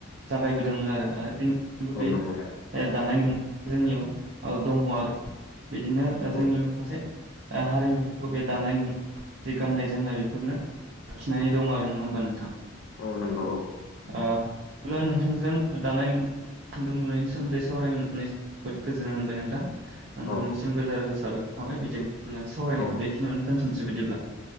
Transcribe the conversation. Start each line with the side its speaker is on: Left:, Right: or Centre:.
Right: जागायबोदोंमोन आरो बेनि
Left: औ
Right: बे
Left: नंगौ
Right: दानाय लु जोंनियाव ओ दंङ आरो बिदिनो ओ
Left: नंगौ
Right: जोंनि माखासे हारिमु खो बे दानाय लुनाय जि गान्नाय जोमनाय बेफोरनो लाखिनानै दं आरो नङा होमबा नोंथां
Left: औ नंगौ औ
Right: अ ब्ला नोंथांजों दानाय लुन खुदुं लुनायनि सोमोन्दै सावरायनोनानै जोबोद गोजोननाय मोनबाय नोंथां। नोंथांनिसिम
Left: औ
Right: रोजा रोजा साब साबायखर‌ थाबाय बिंदिया जो सावरायनायखौ
Left: औ
Right: बेख खिनियावनो दोनथनसै बिदिब्ला।